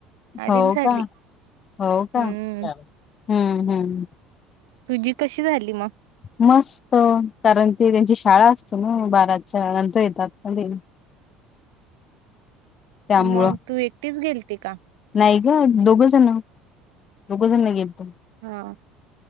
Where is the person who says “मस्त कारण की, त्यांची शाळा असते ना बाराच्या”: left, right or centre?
Left